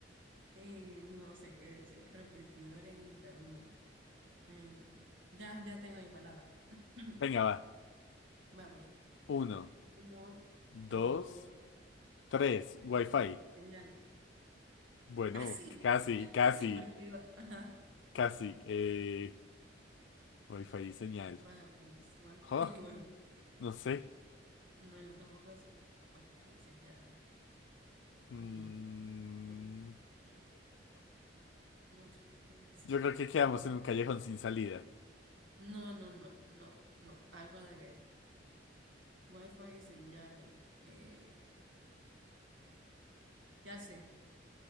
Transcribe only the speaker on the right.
Eh, no sé qué decir, repetidor e internet. Em, ya, ya tengo mi palabra. <clears throat>
Bueno, pues,
uno,
dos,
tres.
Señal,
casi,
<laughs>
casi porque iba- Ajá.
Bueno, pues, Wi-Fi
y Wi-Fi.
No, yo tampoco sé. Wifi y señal.
Mm, fi y señal. No sé qué decir.
No, no, no, no, no, algo de ver. Wi-Fi y señal. Eh, ya sé.